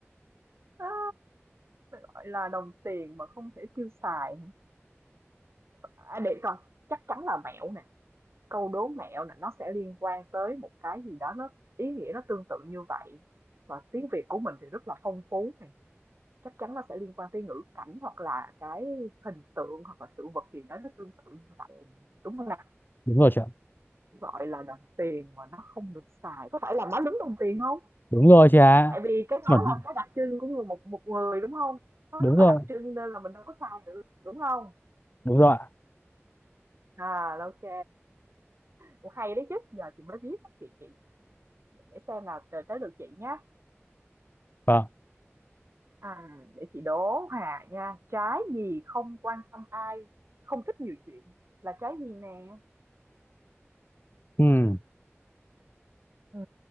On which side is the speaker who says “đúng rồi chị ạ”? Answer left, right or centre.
Left